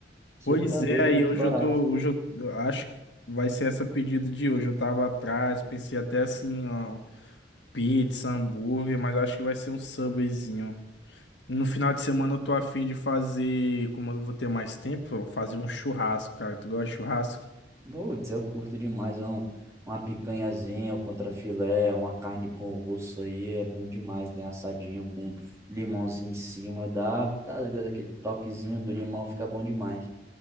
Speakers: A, on the right; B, on the left.
A: Você
B: Pois
A: tá doido,
B: é, aí
A: é muito
B: hoje
A: barato.
B: eu tô, hoje eu eu acho que vai ser essa pedida de hoje. Eu tava atrás, pensei até assim, ó, pizza, hambúrguer, mas acho que vai ser um Subwayzinho. No final de semana eu tô afim de fazer, como eu vou ter mais tempo, eu fazer um churrasco, cara. Tu gosta de churrasco?
A: Putz, eu curto demais, ó. Uma picanhazinha, um contrafilé, uma carne com osso aí, é bom demais, né? Assadinho com limãozinho em cima, dá, tá ligado? Aquele toquezinho do limão fica bom demais.